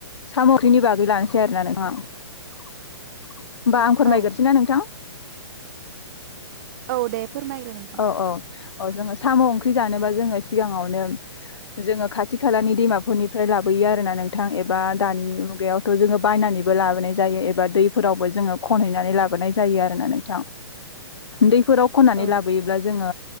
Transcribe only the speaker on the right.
औ
औ दे फोरमायग्रो नोंथां
औ